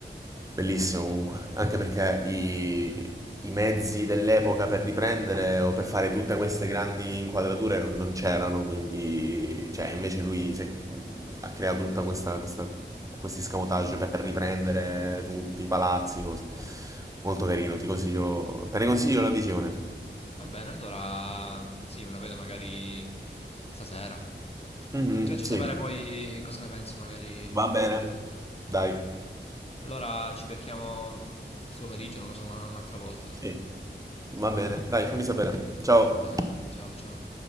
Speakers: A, on the right; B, on the left.
A: Bellissimo comunque, anche perché i, i mezzi dell'epoca per riprendere o per fare tutte queste grandi inquadrature non, non c'erano, quindi cioè, invece lui si è ha creato tutta questa, questa, questi scamotage per riprendere tutti i palazzi, cose. Molto carino, ti consiglio, te ne consiglio la visione.
B: Va bene, allora sì, me lo vedo magari stasera.
A: Mhm,
B: Ti faccio sapere
A: sì,
B: poi cosa ne penso magari più
A: Va
B: tardi,
A: bene.
B: ecco.
A: dai,
B: Allora ci becchiamo questo pomeriggio, non lo so, una- un'altra volta.
A: Sì. va bene, dai, fammi sapere. Ciao.
B: Va bene, ciao ciao.